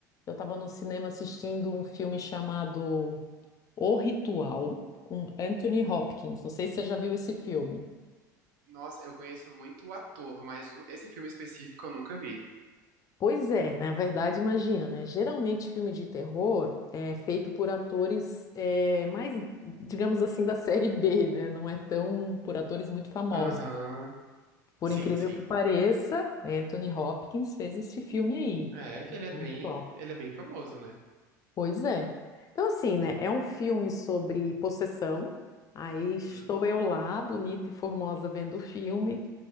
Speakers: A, on the left; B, on the right.
A: Eu estava no cinema assistindo um filme chamado O Ritual com Anthony Hopkins. Não sei se você já viu esse filme.
B: Nossa, eu conheço muito o ator, mas o- esse filme específico eu nunca vi.
A: Pois é, na verdade, imagina, né? Geralmente filme de terror é feito por atores é, mais, digamos assim, da <laughs> série B, né? Não é tão por atores muito famosos.
B: Aham,
A: Por
B: Sim,
A: incrível
B: sim.
A: que pareça, Anthony Hopkins fez este filme aí.
B: É
A: É,
B: que ele é
A: o
B: bem,
A: Ritual.
B: ele é bem famoso, né?
A: Pois é. Então, assim, né? É um filme sobre possessão. Aí estou
B: Uhum.
A: eu lá, bonita e formosa, vendo o filme.